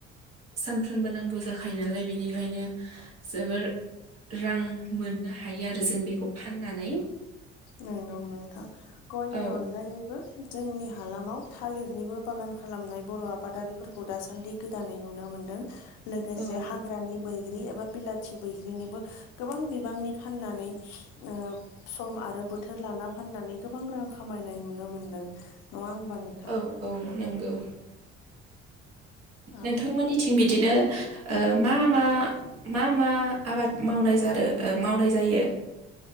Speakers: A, on the right (about 45°); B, on the left (about 60°).
A: सानफ्रोमबो नांगौ जाखायो नालाय बेनिखायनो जोबोर रां मोननो हायो आरो जों बेखौ फाननानै।
B: नंगौ नोंथां, गयनि
A: औ
B: अनगायैबो जोंनि हालामाव थालिरनिबो बागान खालामनाय बर' आबादारिफोरखौ दासान्दि गोदानै नुनो मोनदों, लोगोसे
A: औ
B: हाग्रानि बैग्रि एबा बिलाथि बैग्रिनिबो गोबां बिबांनि फाननानै ओ सम आरो बोथोर लाना फाननानै गोबां रां खामायनाय नुनो मोनदों, नङा होमबा नोंथां?
A: औ औ नंगौ,
B: औ
A: नोंथांमोननिथिं बिदिनो मा मा, मा मा आबाद मावनाय जादों ओ मावनाय जायो?